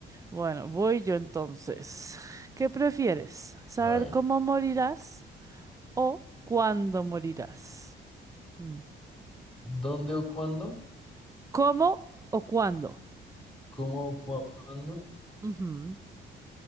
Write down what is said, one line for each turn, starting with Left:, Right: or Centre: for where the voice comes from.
Right: Bueno, voy yo entonces. ¿Qué prefieres? ¿Saber
Centre: A ver.
Right: cómo morirás o cuándo morirás? Mm.
Centre: ¿Dónde o cuándo?
Right: ¿Cómo o cuándo?
Centre: ¿Cómo o cuándo?
Right: Ujú.